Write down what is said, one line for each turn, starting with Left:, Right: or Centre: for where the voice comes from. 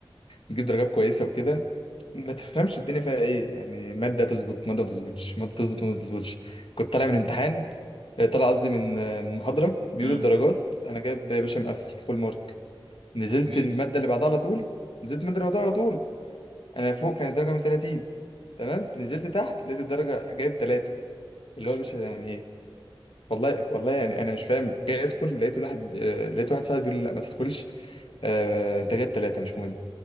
Left: نجيب درجات كويسة وكده ما تفهمش الدنيا فيها ايه يعني ماده تظبط ماده ما تظبطش ماده تظبط ماده ما تظبطش كنت طالع من امتحان آه، طالع قصدي من آه، من محاضره بيقولوا
Right: امم
Left: الدرجات انا جايب يا باشا مقفل فول مارك نزلت
Right: عظيم
Left: الماده اللي بعدها على طول نزلت الماده اللي بعدها على طول انا فوق كانت درجه من 30 تمام نزلت تحت لقيت الدرجه جايب 3 اللي
Right: <laughs>
Left: هو يا باشا يعني ايه والله والله يعني انا مش فاهم جاي ادخل لقيت واحد آه، لقيت واحد صاحبي بيقول لي لا ما تدخلش آه، انت جايب 3 مش مهم